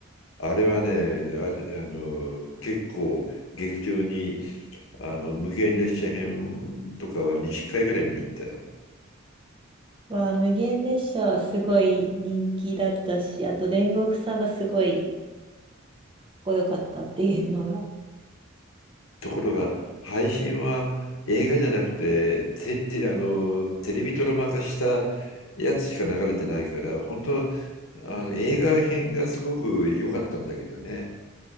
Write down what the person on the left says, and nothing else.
あれはね、あれ、あの結構劇場にあの無限列車編とかは20回ぐらい見に行ったよ。
ところが、配信は映画じゃなくて、て、て、あの、テレビドラマ化したやつしか流れてないから、本当、あの、映画編がすごく良かったんだけどね。